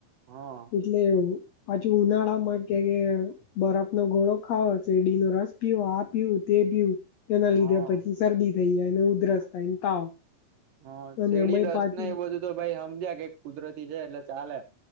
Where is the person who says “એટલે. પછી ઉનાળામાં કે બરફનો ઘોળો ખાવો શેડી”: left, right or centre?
Left